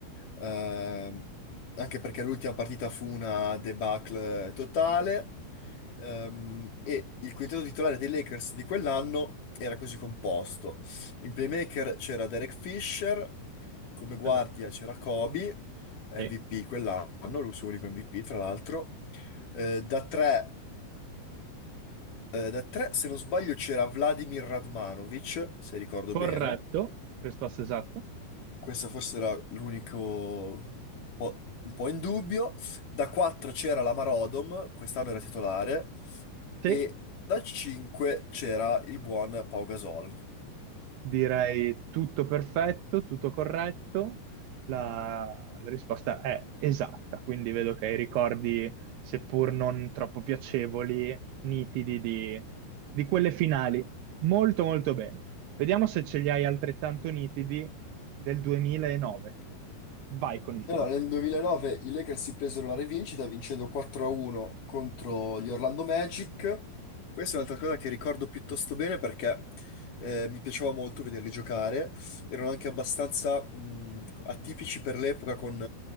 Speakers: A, on the left; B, on the right.
A: ehm, anche perché l'ultima partita fu una debacle totale, ehm, e il quintetto titolare dei Lakers di quell'anno era così composto. In playmaker c'era Derek Fisher, come guardia
B: Esatto.
A: c'era Kobe, MVP
B: Sì.
A: quell'anno, il suo unico MVP tra l'altro. Eh, da 3 eh, da tre, se non sbaglio, c'era Vladimir Radmanovic, se ricordo
B: Corretto,
A: bene.
B: risposta esatta.
A: Questa forse era l'unico un po', un po' in dubbio. Da quattro c'era la Marodom, quest'anno era titolare. E
B: Sì.
A: da cinque c'era il buon Pau Gasol.
B: Direi tutto perfetto, tutto corretto. La, la risposta è esatta, quindi vedo che hai ricordi, seppur non troppo piacevoli, nitidi di, di quelle finali. Molto, molto bene. Vediamo se ce li hai altrettanto nitidi del 2009. Vai con il tempo.
A: Allora, nel 2009 i Lakers si presero la rivincita vincendo 4-1 contro gli Orlando Magic. Questa è un'altra cosa che ricordo piuttosto bene perché eh, mi piaceva molto vederli giocare. Erano anche abbastanza mh, atipici per l'epoca con,